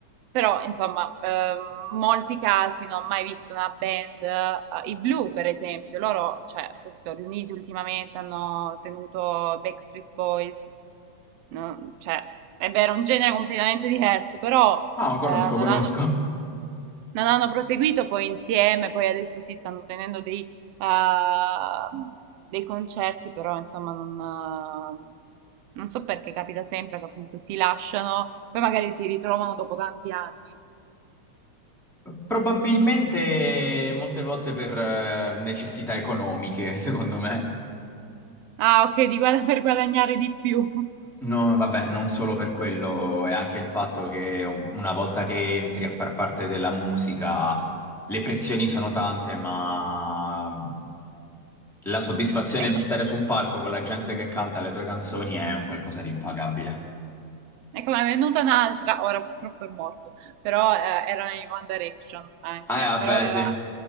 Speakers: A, on the right; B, in the centre.
A: Però, insomma, ehm, molti casi non ho mai visto una band, eh, i Blue per esempio, loro, cioè, poi si sono riuniti ultimamente, hanno tenuto Backstreet Boys, No, cioè, è vero, è un genere completamente diverso, però
B: No, conosco,
A: eh, non
B: conosco.
A: hanno, prose- non hanno proseguito poi insieme, poi adesso si stanno tenendo dei, eh, dei concerti, però insomma non, eh, non so perché capita sempre che appunto si lasciano, poi magari si ritrovano dopo tanti anni.
B: Probabilmente molte volte per eh, necessità economiche, secondo me.
A: Ah, ok, di guada- per guadagnare di più. <laughs>
B: No, vabbè, non solo per quello, è anche il fatto che un- una volta che entri a far parte della musica, le pressioni sono tante, ma la soddisfazione
A: Ecco.
B: di stare su un palco con la gente che canta le tue canzoni è un qualcosa di impagabile.
A: Ecco, ne è venuta un'altra, ora purtroppo è morto, però eh, era in One Direction anche,
B: Eh, vabbè,
A: però era...
B: sì.